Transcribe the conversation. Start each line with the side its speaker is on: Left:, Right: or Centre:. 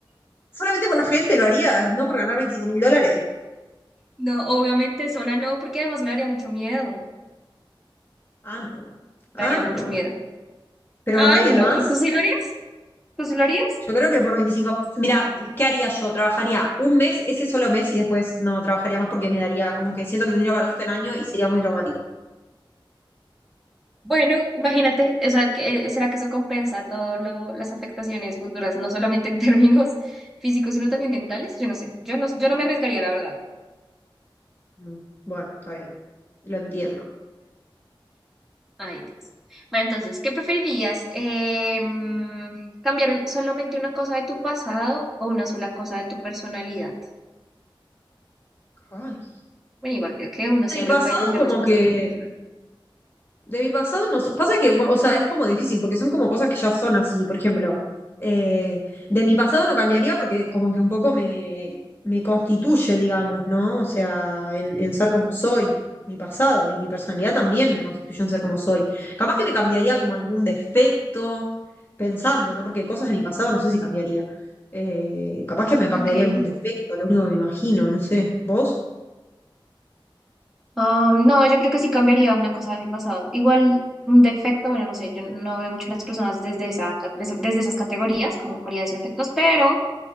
Left: ¿Solamente con la gente lo harías? ¿No por ganar veinticinco mil dólares?
Centre: No, obviamente sola no, porque además me daría mucho miedo.
Left: Ah, no.
Centre: Me
Left: Ah,
Centre: daría mucho
Left: no.
Centre: miedo.
Left: ¿Pero
Centre: Ah,
Left: con alguien
Centre: no,
Left: más?
Centre: ¿tú sí lo harías? ¿Tú sí lo harías?
Left: Yo creo que por veinticinco Mira, ¿qué haría yo? Trabajaría un mes, ese solo mes, y después no trabajaría más porque me daría como que siento que tendría para el resto del año y sería muy traumático.
Centre: Bueno, imagínate, o sea, que- eh, ¿será que eso compensa todas las afectaciones futuras, no solamente en términos <laughs> físicos, sino también mentales? Yo no sé, yo no, yo no me arriesgaría, la verdad.
Left: Mm, Bueno, está bien. Lo entiendo.
Centre: Ay, Dios. Bueno, entonces, ¿qué preferirías? Eh, mm, ¿cambiar un- solamente una cosa de tu pasado o una sola cosa de tu personalidad?
Left: Ay.
Centre: Bueno, igual creo que uno
Left: Bueno,
Centre: siempre
Left: Y pasado
Centre: puede cambiar
Left: como
Centre: las cosas
Left: que
Centre: de tu personalidad.
Left: De mi pasado no. so- Pasa que, bueno, o sea, es como difícil porque son como cosas que ya son así. Por ejemplo, eh, de mi pasado no cambiaría porque como que un poco me, me constituye, digamos, ¿no? O sea, en, en ser como soy, mi pasado y mi personalidad también me constituye en ser como soy. Capaz que me cambiaría como algún defecto, pensando, ¿no? Porque cosas de mi pasado no sé si cambiaría. Eh, capaz que me cambiaría
Centre: Ok.
Left: algún defecto, lo único que me imagino, no sé. ¿Vos?
Centre: Ah, no, yo creo que sí cambiaría una cosa de mi pasado. Igual un defecto, bueno, no sé, yo no veo mucho a las personas desde esa, ca- des- desde esas categorías, como cualidades o defectos, pero